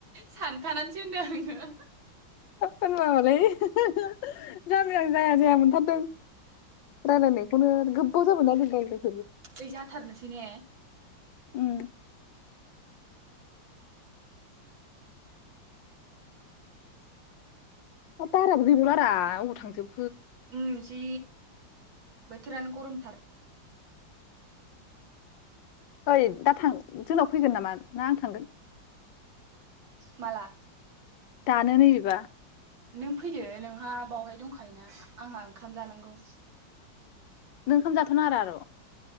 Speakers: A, on the right; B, on the left.
A: सानखानानैसै होनदों आं <inaudible>
B: होमबामालाय जामबि आं जाया जाया मोनथारदों रायलायनायखौनो गोबाव जाबायमोन ना जों रायलायैआ
A: ओइ जाथारनोसै ने
B: उम बाराबो गैबावलारा अबाव थांजोबखो
A: ओम जि बोथोरानो गरमथार
B: ओइ दा थां जोंनाव फैगोन नामा ना आं थांगोन
A: माला
B: दानो नै बिबा
A: नों फैदो नोंहा बावहाय दंखायो हायना आंहा ओंखाम जानांगौ
B: नों ओंखाम जाथ'नाआ रां र'